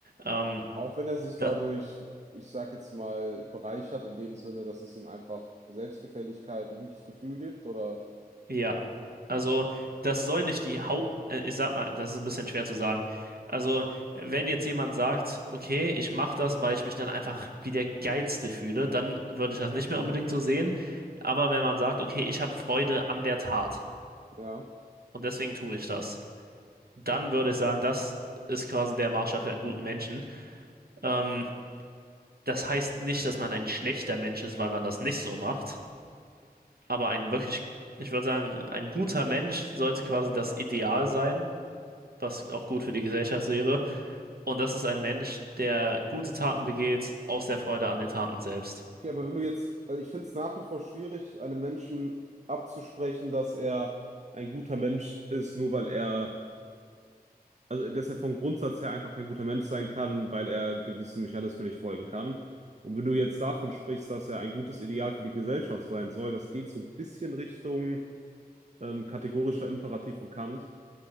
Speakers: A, on the right; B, on the right.
A: Ähm,
B: auch wenn er sich
A: das,
B: dadurch, ich sag jetzt mal, bereichert in dem Sinne, dass es ihm einfach Selbstgefälligkeit, ein gutes Gefühl gibt oder
A: ja, also das soll nicht die Haupt... äh, Ich sag mal, das ist ein bisschen schwer zu sagen. Also wenn jetzt jemand sagt, okay, ich mache das, weil ich mich dann einfach wie der Geilste fühle, dann würde ich das nicht mehr unbedingt so sehen. Aber wenn man sagt, okay, ich habe Freude an der Tat
B: ja.
A: und deswegen tue ich das, dann würde ich sagen, das ist quasi der Maßstab für einen guten Menschen. Ähm, Das heißt nicht, dass man ein schlechter Mensch ist, weil man das nicht so macht. Aber ein wirklich, ich würde sagen, ein guter Mensch sollte quasi das Ideal sein, was auch gut für die Gesellschaft wäre. Und das ist ein Mensch, der gute Taten begeht aus der Freude an den Taten selbst.
B: Okay, aber wenn du jetzt, also ich finde es nach wie vor schwierig, einem Menschen abzusprechen, dass er ein guter Mensch ist, nur weil er Also, dass er vom Grundsatz her einfach kein guter Mensch sein kann, weil er gewissen Mechanismen nicht folgen kann. Und wenn du jetzt davon sprichst, dass er ein gutes Ideal für die Gesellschaft sein soll, das geht so ein bisschen Richtung ähm, kategorischer Imperativ von Kant,